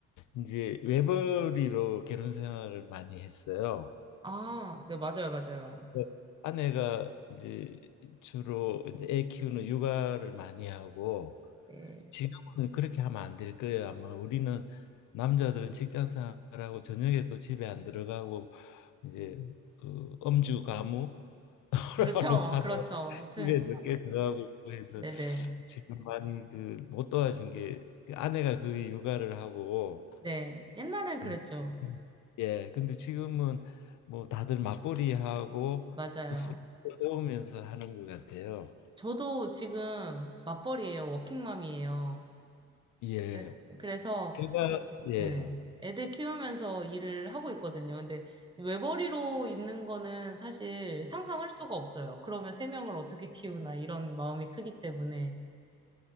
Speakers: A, on the left; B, on the right.
A: 이제 외벌이로 결혼 생활을 많이 했어요.
B: 아, 네, 맞아요, 맞아요.
A: 네. 아내가 이제 주로 이제 애 키우는 육아를 많이 하고
B: 네.
A: 지금은 그렇게 하면 안 될 거예요. 아마 우리는 남자들은 직장 생활하고 저녁에 또 집에 안 들어가고 이제 그 음주 가무 <laughs>
B: 그렇죠.
A: 하는
B: 그렇죠. 저,
A: 집에 늦게 들어가고 해서
B: 네네.
A: 지금 많이 그 못 도와준 게그 아내가 거의 육아를 하고
B: 네. 옛날엔 그랬죠.
A: 네. 예 근데 지금은 뭐 다들 맞벌이 하고
B: 맞아요.
A: 또 서로 도우면서 하는 것 같아요.
B: 저도 지금 맞벌이에요. 워킹맘이에요.
A: 예
B: 그래- 그래서,
A: 제가
B: 이-
A: 예
B: 예, 애들 키우면서 일을 하고 있거든요. 근데 외벌이로 있는 거는 사실 상상할 수가 없어요. 그러면 세 명을 어떻게 키우나 이런 마음이 크기 때문에.